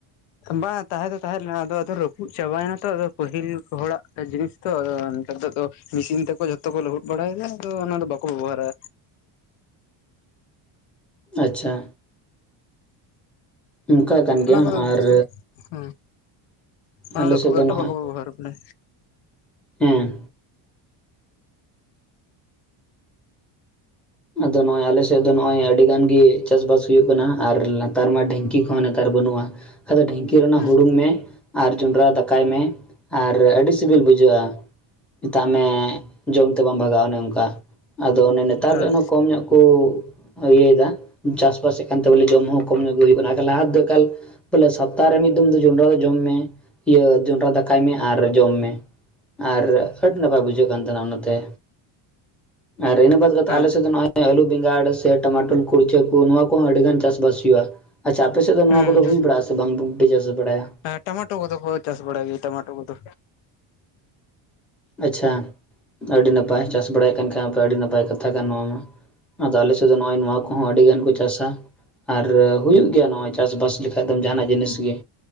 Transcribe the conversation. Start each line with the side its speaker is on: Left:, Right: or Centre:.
Left: ᱵᱟᱝ ᱛᱟᱦᱮᱸ ᱫᱚ ᱛᱟᱦᱮᱸᱜ ᱞᱮᱱᱟ ᱟᱫᱚ ᱟᱫᱚ ᱨᱟᱹᱯᱩᱫ ᱪᱟᱵᱟᱭᱱᱟ ᱛᱚ ᱟᱫᱚ ᱯᱟᱹᱦᱤᱞ ᱦᱚᱲᱟᱜ ᱡᱤᱱᱤᱥ ᱛᱚ ᱟᱫᱚ ᱱᱮᱛᱟᱨ ᱫᱚ ᱟᱫᱚ ᱢᱤᱥᱤᱱ ᱛᱮᱠᱚ ᱡᱷᱚᱛᱚ ᱠᱚ ᱞᱟᱹᱦᱩᱫ ᱵᱟᱲᱟᱭᱮᱫᱟ ᱟᱫᱚ ᱚᱱᱟ ᱫᱚ ᱵᱟᱠᱚ ᱵᱮᱵᱚᱦᱟᱨᱟ᱾
Centre: ᱟᱪᱪᱷᱟ᱾ ᱚᱱᱠᱟ ᱠᱟᱱ
Left: ᱚᱱᱟ
Centre: ᱜᱮᱭᱟ
Left: ᱠᱚᱫᱚ
Centre: ᱟᱨ
Left: ᱦᱮᱸ ᱚᱱᱟ
Centre: ᱟᱞᱮ
Left: ᱫᱚ
Centre: ᱥᱮᱫ
Left: ᱠᱷᱩᱵ ᱮᱠᱴᱟ
Centre: ᱱᱚᱜᱼᱚᱭ
Left: ᱵᱟᱠᱚ ᱵᱮᱵᱚᱦᱟᱨᱟ ᱵᱚᱞᱮ᱾
Centre: ᱦᱮᱸ᱾ ᱟᱫᱚ ᱱᱚᱜᱼᱚᱭ ᱟᱞᱮ ᱥᱮᱫ ᱫᱚ ᱱᱚᱜᱚᱭ ᱟᱹᱰᱤᱜᱟᱱ ᱜᱮ ᱪᱟᱥᱵᱟᱥ ᱦᱩᱭᱩᱜ ᱠᱟᱱᱟ ᱦᱟᱸᱜ᱾ ᱟᱨ ᱞᱟᱛᱟᱨ ᱢᱟ ᱰᱷᱤᱝᱠᱤ ᱠᱚᱦᱚᱸ ᱱᱮᱛᱟᱨ ᱵᱟᱹᱱᱩᱜᱼᱟ ᱟᱫᱚ ᱰᱷᱤᱝᱠᱤ ᱨᱮ ᱚᱱᱟ
Left: ᱦᱮᱸ
Centre: ᱦᱩᱲᱩᱝ ᱢᱮ ᱟᱨ ᱡᱚᱸᱰᱨᱟ ᱫᱟᱠᱟᱭ ᱢᱮ ᱟᱨ ᱟᱹᱰᱤ ᱥᱤᱵᱤᱞ ᱵᱩᱡᱷᱟᱹᱜᱼᱟ᱾ ᱢᱮᱛᱟᱜ ᱢᱮ ᱡᱚᱢ ᱛᱮ ᱵᱟᱢ ᱵᱷᱟᱜᱟᱜᱼᱟ ᱚᱱᱮ ᱚᱱᱠᱟ ᱟᱫᱚ ᱚᱱᱮ ᱱᱮᱛᱟᱨ
Left: ᱦᱮᱸ
Centre: ᱫᱚ ᱮᱱᱦᱚ ᱧᱚᱜ ᱠᱚ ᱤᱭᱟᱹᱭᱮᱫᱟ ᱪᱟᱥᱵᱟᱥᱮᱜ ᱠᱟᱱᱛᱮ ᱵᱚᱞᱮ ᱡᱚᱢ ᱦᱚᱸ ᱠᱚᱢ ᱧᱚᱜ ᱜᱮ ᱦᱩᱭᱩᱜ ᱠᱟᱱᱟ ᱟᱠᱷᱟᱱ ᱞᱟᱦᱟ ᱛᱮᱫᱚ ᱮᱠᱟᱞ ᱵᱚᱞᱮ ᱥᱟᱯᱛᱟᱦᱚ ᱨᱮ ᱢᱤᱫ ᱫᱚᱢ ᱫᱚ ᱡᱚᱱᱰᱨᱟ ᱫᱚ ᱡᱚᱢ ᱢᱮ, ᱤᱭᱟᱹ ᱡᱚᱱᱰᱨᱟ ᱫᱟᱠᱟᱭ ᱢᱮ ᱟᱨ ᱡᱚᱢ ᱢᱮ ᱟᱨ ᱟᱹᱰᱤ ᱱᱟᱯᱟᱭ ᱵᱩᱡᱷᱟᱹᱜ ᱠᱟᱱ ᱛᱟᱦᱮᱸᱱᱟ ᱚᱱᱟᱛᱮ᱾ ᱟᱫᱚ ᱤᱱᱟᱹ ᱵᱟᱫᱽ
Left: ᱦᱮᱸ
Centre: ᱠᱟᱛᱮ ᱟᱞᱮ ᱥᱮ
Left: ᱦᱮᱸ
Centre: ᱟᱫᱚ ᱱᱚᱜᱼᱚᱭ ᱟᱹᱞᱩ, ᱵᱮᱸᱜᱟᱲ ᱥᱮ ᱴᱟᱢᱟᱴᱳᱞ ᱠᱚ ᱠᱩᱪᱪᱟᱹ ᱠᱚ ᱱᱚᱣᱟ ᱠᱚᱦᱚᱸ ᱟᱹᱰᱤ ᱜᱟᱱ ᱪᱟᱥᱵᱟᱥ ᱦᱤᱭᱩᱜᱼᱟ᱾ ᱟᱪᱪᱷᱟ ᱟᱯᱮ ᱥᱮᱫ ᱫᱚ
Left: ᱦᱮᱸ
Centre: ᱱᱚᱣᱟ ᱠᱚᱫᱚ
Left: ᱦᱮᱸ
Centre: ᱦᱩᱭ ᱵᱟᱲᱟᱜ-ᱟ ᱥᱮ ᱵᱟᱝ ᱵᱩᱰᱷ ᱯᱮ ᱪᱟᱥ ᱵᱟᱲᱟᱭᱟ?
Left: ᱦᱮᱸ ᱴᱚᱢᱟᱴᱳ ᱠᱚᱫᱚ ᱠᱚ ᱪᱟᱥ ᱵᱟᱲᱟᱭ ᱜᱮᱭᱟ ᱴᱚᱢᱟᱴᱳ ᱠᱚᱫᱚ᱾
Centre: ᱟᱪᱪᱷᱟ ᱟᱹᱰᱤ ᱱᱟᱯᱟᱭ ᱪᱟᱥ ᱵᱟᱲᱟᱭᱮᱫ ᱠᱟᱱ ᱠᱷᱟᱡ ᱟᱯᱮ ᱟᱹᱰᱤ ᱱᱟᱯᱟᱭ ᱠᱟᱛᱷᱟ ᱠᱟᱱᱟ ᱱᱚᱣᱟ ᱢᱟ᱾ ᱟᱫᱚ ᱟᱞᱮ ᱥᱮᱫ ᱫᱚ ᱱᱚᱜᱼᱚᱭ ᱱᱚᱣᱟ ᱠᱚᱦᱚᱸ ᱟᱹᱰᱤ ᱜᱟᱱ ᱠᱚ ᱪᱟᱥᱟ ᱟᱨ ᱦᱩᱭᱩᱜ ᱜᱮᱭᱟ ᱱᱚᱜᱼᱚᱭ ᱪᱟᱥᱼᱵᱟᱥ ᱞᱮᱠᱷᱟᱡ ᱫᱚ ᱡᱟᱦᱟᱱᱟᱜ ᱡᱤᱱᱤᱥ ᱜᱮ